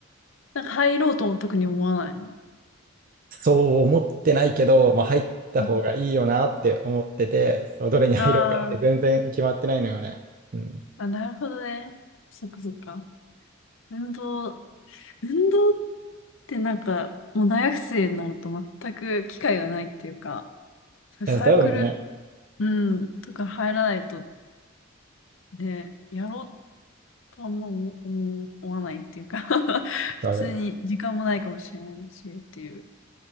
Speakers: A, on the left; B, on the right.
A: なんか入ろうとも特に思わないの。<laughs>
B: そう思ってないけど、まあ、入った方がいいよなって思ってて、
A: うん
B: そうどれに入ろうかって全然決まってないのよね。
A: あー
B: うん。
A: あ、なるほどね。そっかそっか。運動、運動ってなんか、もう大学生になると全く機会がないっていうか、そういうサークル、
B: いや、多分ね、
A: うん、とか入らないと、ね、やろうとあんま思思思わないっていうか <laughs> 普通に時間もないかもしれないしっていう。
B: あれ。